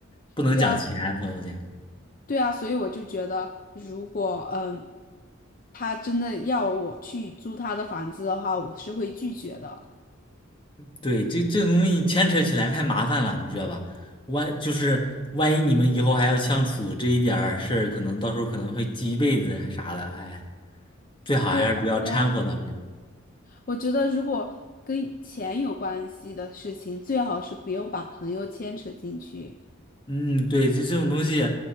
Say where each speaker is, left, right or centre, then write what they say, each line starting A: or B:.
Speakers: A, on the left; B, on the left.
A: 不能讲钱，
B: 对啊，
A: 朋友间。
B: 对啊，所以我就觉得，如果嗯，他真的要我去租他的房子的话，我是会拒绝的。
A: 对，这这种东西牵扯起来太麻烦了，你知道吧？万就是万一你们以后还要相处，这一点儿事儿，可能到时候可能会记一辈子啊啥的，哎，最好还是不要掺和到里。
B: 对啊，对啊，我觉得如果跟钱有关系的事情，最好是不用把朋友牵扯进去。
A: 嗯，对，就这种东西，